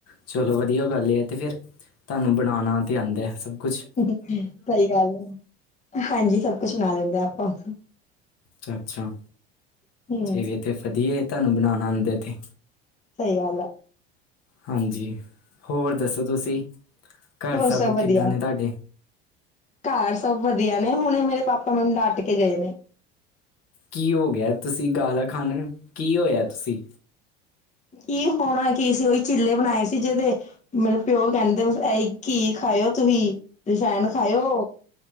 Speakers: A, on the left (about 55°); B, on the left (about 25°).
A: ਚਲੋ ਵਧੀਆ ਗੱਲ ਇਹ ਤੇ ਫਿਰ ਤੁਹਾਨੂੰ ਬਣਾਉਣਾ ਤੇ ਆਉਂਦਾ ਹੈ, ਸਭ ਕੁਛ
B: ਸਹੀ ਗੱਲ ਹੈ, ਹਾਂਜੀ ਸਭ ਕੁਛ ਬਣਾ ਲੈਂਦੇ ਆਪਾਂ।
A: ਅੱਛਾ ਅੱਛਾ,
B: ਹਮ
A: ਜੇਵੇ ਤਾਂ ਵਧੀਆ ਤੁਹਾਨੂੰ ਬਣਾਉਣਾ ਆਉਂਦਾ ਤੇ
B: ਸਹੀ ਗੱਲ ਆ।
A: ਹਾਂਜੀ ਹੋਰ ਦੱਸੋ, ਤੁਸੀਂ ਘਰ
B: ਹੋਰ
A: ਸਭ
B: ਵਧੀਆ
A: ਕਿੱਦਾਂ ਨੇ ਤੁਹਾਡੇ।
B: ਘਰ ਸਭ ਵਧੀਆ ਨੇ ਹੁਣੇ ਮੇਰੇ ਪਾਪਾ ਮੈਨੂੰ ਡੱਟ ਕੇ ਗਏ ਨੇ।
A: ਕੀ ਹੋ ਗਿਆ ਤੁਸੀਂ ਗਾਲਾ ਖਾਣਾ ਕੀ ਹੋਇਆ ਤੁਸੀਂ।
B: ਕੀ ਹੋਣਾ ਕੀ ਸੀ, ਉਹੀ ਚਿੱਲੇ ਬਣਾਏ ਸੀ। ਜਿਹਦੇ ਮਤਲਬ ਮੇਰੇ ਪਿਓ ਕਹਿੰਦੇ ਐ ਕੀ ਖਾਇਓ ਤੁਸੀਂ ਰਿਸਾਇਣ ਖਾਇਓ